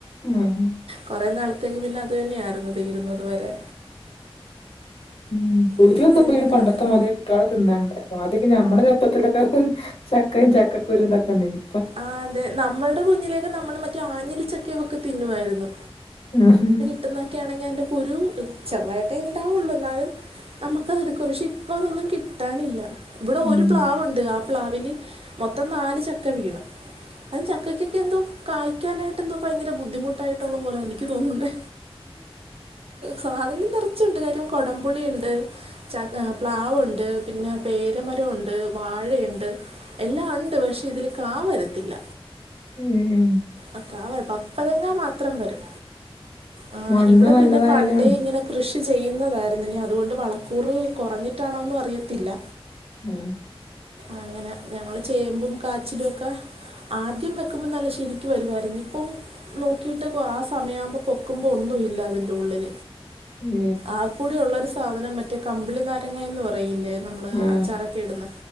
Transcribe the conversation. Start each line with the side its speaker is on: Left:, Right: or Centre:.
Left: ആഹ്
Right: കുറേ നാളത്തേക്ക് പിന്നെ അതു തന്നെയായിരുന്നു തീരുന്നത് വരെ
Left: ഉം കുരുവൊന്നിപ്പ
Right: ഇനിയിപ്പോൾ എന്തെങ്കിലുമൊക്കെ
Left: ഇനി പണ്ടത്തെ മാതരി തിന്നാണ്ടെ ആദ്യെ ഞമ്മളെ ചെർപ്പത്തിലൊക്കെ ചക്കയും ചക്കക്കുരു തൊക്കെണ്ടയ്നി
Right: ആഹ് അതെ നമ്മള്ടെ കുഞ്ഞിലേക്കെ നമ്മൾ മറ്റേ ആഞ്ഞിലിച്ചക്കെവക്കെ തിന്നുവായിരുന്നു
Left: ആഹ്
Right: പിട്ടുന്നൊക്കൊണെങ്കിൽ അയ്ന്റെ കുരു ചെറുതായിട്ടേ ഉണ്ടാവുള്ളൂ എന്നാലും നമ്മുക്കത്ടുക്കും പക്ഷെ ഇപ്പൊ അതൊന്നും കിട്ടാനില്ല ഇവിടെ
Left: ഉം
Right: ഒരു പ്ലാവുണ്ട് ആ പ്ലാവിൽ മൊത്തം നാല് ചക്ക വീണ് അ ചക്കൊക്കെ എന്തോ കായ്ക്കാനായിട്ട് എന്തോ ഭയങ്കര ബുദ്ധിമുട്ടായിട്ടുള്ള പോലെ എനിക്ക് തോന്നുന്നേ സാധനം നിറച്ചുണ്ട് കാര്യം കൊടംപുളിണ്ട് ചക്ക പ്ലാവുണ്ട് പിന്നെ പേരമരംണ്ട് വാഴയുണ്ട് എല്ലാം ഉണ്ട് പക്ഷെ ഇതിൽ കാവരത്തില്ല
Left: മ്ഹ്
Right: അ പപ്പരങ്ങ മാത്രം വരും ആ
Left: മണ്ണ്
Right: ഇവിടെ
Left: നല്ലതായാലേ
Right: പിന്നെ പണ്ടെ
Left: ഉള്ളു.
Right: ഇങ്ങനെ കൃഷി ചെയ്യുന്നതായിരുന്നു ഇിനി അതുകൊണ്ട് വളക്കൂറ് കുറഞ്ഞിട്ടാണോന്നും അറിയത്തില്ല
Left: ആ
Right: അങ്ങനെ ഞങ്ങൾ ചേമ്പും കാച്ചിലും ഒക്കെ ആദ്യം വെക്കുമ്പോ നല്ല ശരിക്കും വരുവമായിരുന്നു ഇപ്പം നോക്കിയിട്ട് ആ സമയമാവുമ്പോ പൊക്കുമ്പോ ഒന്നുമ ഇല്ല അതിൻ്റെ ഉള്ളിൽ
Left: ഉം
Right: ആ കൂടി ഉള്ളൊ ഒരു സാധനം മറ്റേ കമ്പിളി നാരങ്ങ എന്ന് പറയില്ലേ നമ്മള്
Left: ആ
Right: അച്ചാറൊക്കെ ഇടുന്ന